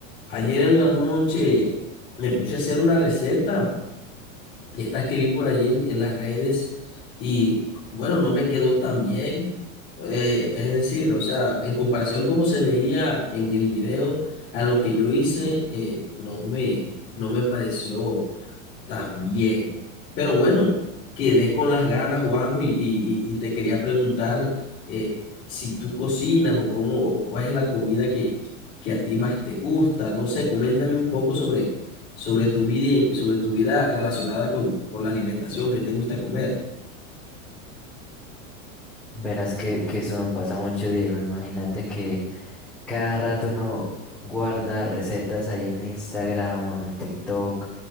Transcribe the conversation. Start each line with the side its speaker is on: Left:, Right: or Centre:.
Left: Ayer en la noche me puse a hacer una receta, y estas que vi por ahí en, en las redes, y bueno, no me quedó tan bien. Eh, es decir, o sea, en comparación como se veía en el video, a lo que yo hice, eh, no me, no me pareció. También. Pero bueno, quedé con las ganas, Juanjo, y, y- y te quería preguntar eh, si tú cocinas o cómo o cuál es la comida que, que a ti más te gusta. No sé, coméntame un poco sobre, sobre tu vida y sobre tu vida relacionada con, con la alimentación, qué te gusta comer.
Centre: Verás que, que eso me pasa mucho, Diego. Imagínate que cada rato uno guarda recetas ahí en Instagram o en TikTok,